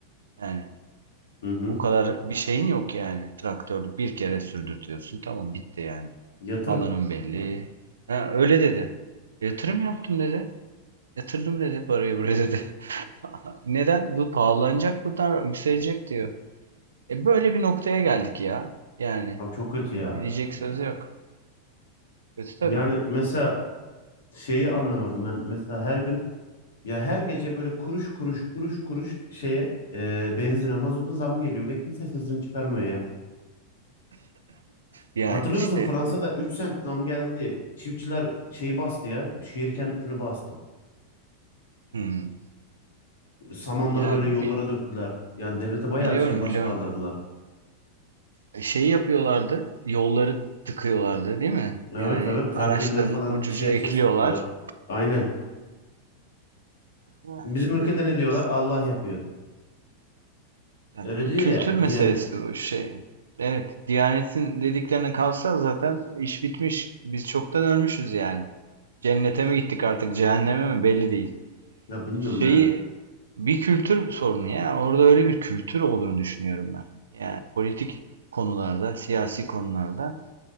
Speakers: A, on the right (about 70°); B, on the left (about 60°).
A: Yani
B: Hı hı.
A: O kadar bir şeyin yok yani. Traktörlük bir kere sürdürtüyorsun. Tamam bitti yani.
B: Yatırım.
A: Alanın belli. Ha, öyle dedi. Yatırım yaptım dedi. Yatırdım dedi parayı buraya dedi. <laughs> Neden? Bu pahalanacak buradan yükselecek diyor. E böyle bir noktaya geldik ya. Yani
B: Abi çok kötü ya.
A: diyecek söz yok. Kötü tabii.
B: Yani mesela şeyi anlamadım ben. Mesela her gün ya her gece böyle kuruş kuruş kuruş kuruş şeye eee benzine mazota zam geliyor ve kimse sesini çıkarmıyor ya.
A: Ya
B: Hatırlıyor
A: işte
B: musun Fransa'da 3 sent zam geldi diye çiftçiler şeyi bastı ya. Şehir kentini bastı.
A: hmm.
B: Samanları
A: Ya
B: böyle yollara
A: bi-
B: döktüler. Yani devlete bayağı
A: biliyorum
B: şey baş
A: biliyorum.
B: kaldırdılar.
A: E, Şey yapıyorlardı. Yolları tıkıyorlardı değil mi?
B: Evet
A: Yani
B: evet traktörleri
A: araçların
B: Evet. falan
A: ucuca
B: şehir
A: ekliyorlar.
B: içine soktular. Aynen.
A: Ha,
B: Bizim
A: işte
B: ülkede ne
A: biz
B: diyorlar? Allah yapıyor.
A: yani
B: Öyle
A: bir
B: diyor
A: kültür
B: ya
A: meselesi
B: Diyanet.
A: bu şey. Evet, Diyanet'in dediklerine kalsa zaten iş bitmiş. Biz çoktan ölmüşüz yani. Cennete mi gittik artık, cehenneme mi belli değil.
B: Ya bilmiyorum
A: Şeyi
B: yani.
A: bir kültür sorunu ya. Orada öyle bir kültür olduğunu düşünüyorum ben. Yani politik konularda, siyasi konularda